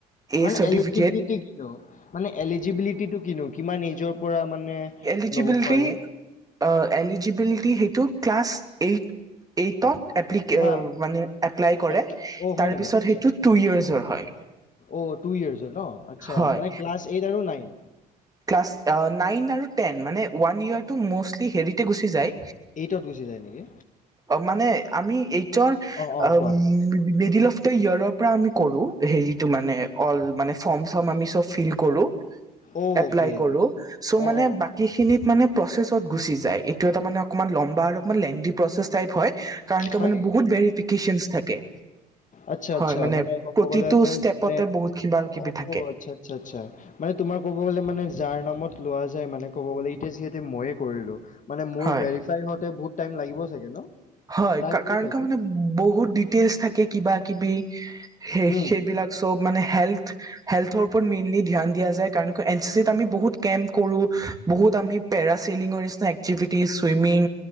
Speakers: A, on the right; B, on the left.
A: এ
B: মানে
A: চাৰ্টিফিকেট
B: এলিজিবিলিটি কিনো, মানে এলিজিবিলিটিটো কিনো? কিমান এজৰ পৰা মানে
A: এলিজিবিলিটি
B: ল'ব পাৰে
A: আ এলিজিবিলিটি সেইটো ক্লাছ এইট এইটত এপলিকে
B: হা
A: মানে এপ্লাই কৰে
B: এপ্লি অ হয়
A: তাৰপিছত
B: নেকি আচ্ছা
A: সেইটো
B: আচ্ছা
A: টু ইয়াৰ্চৰ হয়।
B: অ টু ইয়েৰচৰ ন আচ্ছা'
A: হয়
B: মানে ক্লাছ এইট আৰু নাইন।
A: ক্লাছ নাইন আৰু টেন মানে, ৱান ইয়েৰটো মষ্ট হেৰিতে গুচি যায়,
B: এইটত গুচি যায় নেকি
A: মানে আমি এইটোৰ উম
B: অ অ কোৱা
A: দিলফটৰ ইয়াৰৰ পৰা আমি কৰো সেইটো মানে অল মানে ফৰ্ম-চৰ্ম আমি চব ফিল কৰো।
B: অ
A: এপ্লাই
B: অকে
A: কৰো চ'
B: অ
A: মানে
B: অ অ,
A: বাকী খিনি মানে প্ৰচেছ ত গুচি যায়, এইটো এটা মানে অকমান লম্বা আৰু অকমান লেনডি প্ৰচেছ টাইপ হয়। কাৰণ ক
B: হয়
A: মানে
B: নেকি
A: বহুত ভেৰিফিকেচনচ থাকে।
B: আচ্ছা-আচ্ছা
A: হয়
B: মানে ক'ব
A: প্ৰতিটো
B: গ'লে মানে
A: ষ্টেপতে
B: যোনে
A: বহুত কিবা কিবি
B: অ
A: থাকে
B: আচ্ছা-আচ্ছা-আচ্ছা মানে তোমাৰ ক'ব কলে মানে যাৰ নামত লোৱা যায় মানে ক'ব গ'লে এতিয়া যিহেতু মইয়ে কৰিলো মানে মোৰ
A: হয়
B: ভেৰিফাই হওতে বহুত টাইম লাগিব চাগে ন?
A: হয়
B: টাইম লয়
A: কাৰণ
B: চাগে?
A: ক মানে বহুত ডিটেইলছ থাকে কিবা-কিবি সে
B: হুম।
A: সেইবিলাক মানে হেল্থ-হেল্থ উপৰত মিনি মেইনলী ধ্যান দিয়া যায়, এন চি চি ত আমি বহুত কেম্প কৰো বহুত আমি পেৰা চিলিং নিছিনা এক্টিভিটি, চুইমিং,